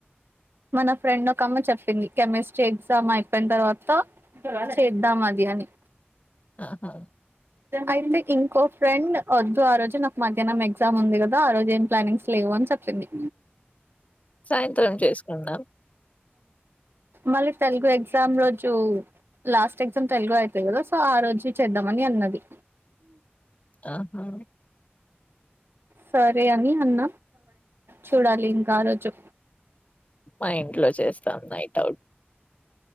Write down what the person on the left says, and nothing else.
ఆహా
సాయంత్రం చేసుకుందాం
ఆహా
మా ఇంట్లో చేస్తాం నైట్ అవుట్